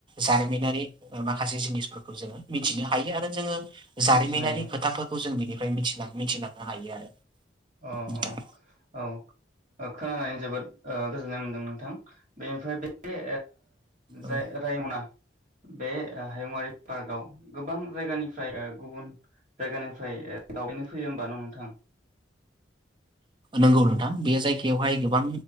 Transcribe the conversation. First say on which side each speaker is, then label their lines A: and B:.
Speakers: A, on the right (about 25°); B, on the right (about 45°).
A: जारिमिनारि माखासे जिनिसफोरखौ जोङो मिथिनो हायो। आरो जोङो जारिमिनारि
B: मिथिनो हायो
A: खोथाफोरखौ जों बिनि। मिथिलांनो हायो आरो।
B: अ
A: नोंथां
B: अ औ। खोनानानै जोबोद ओ गोजोननाय मोनदों नोंथां बेनिफ्राय बे जाय
A: औ
B: रायमना बे हायुंङारि पार्कआव गोबां जायगानिफ्राय ओ गुबुन जायगानिफ्राय ओ दावबायनो फैयो होमबा ना। नोंथां
A: नंगौ नोंथां बे जायगायावहाय गोबां